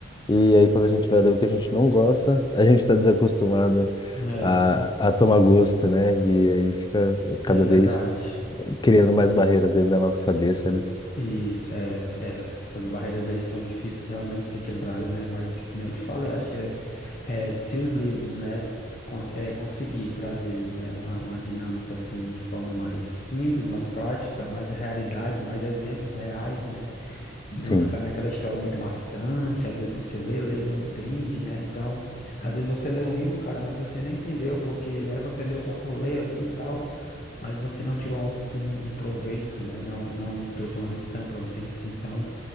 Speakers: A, on the left (about 25°); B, on the left (about 40°).
A: e aí quando a gente vai ler o que a gente não gosta, a gente está desacostumado
B: é,
A: a, a tomar gosto, né? E aí fica cada
B: é verdade.
A: vez criando mais barreiras dentro da nossa cabeça, né?
B: Isso, é, essas, essas barreiras aí são difíceis realmente de ser quebradas, né? Mas que nem eu te falei, acho que é, é, se os livros, né, con- é, conseguir trazer, né, uma, uma dinâmica assim de forma mais simples, mais prática, mais realidade, mais exemplos reais, né? E não
A: Sim,
B: ficar naquela história muito maçante, que às vezes você lê, lê e não entende, né? Então, às vezes você lê um livro, cara, mas você nem entendeu, porque, né, você leu só por ler ali e tal, mas você não tirou um, um um proveito, né? Não, não trouxe uma lição para você em si. Então,